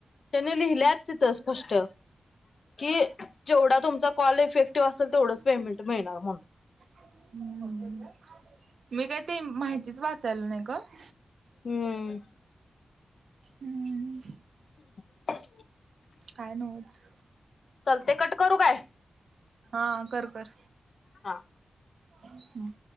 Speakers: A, on the left; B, on the right.
A: त्यांनी लिहिल्या तिथं स्पष्ट कि जेवढा तुमचा कॉल इफेक्टिव्ह असेल तेवढंच पेमेंट मिळणार म्हणून.
B: हम्म. मी काय <unintelligible> माहितीच वाचायला नाही गं.
A: हम्म
B: हम्म.
A: <inaudible>
B: काय नव्हच
A: चलतय कट करू काय.
B: हा कर कर
A: हा
B: हम्म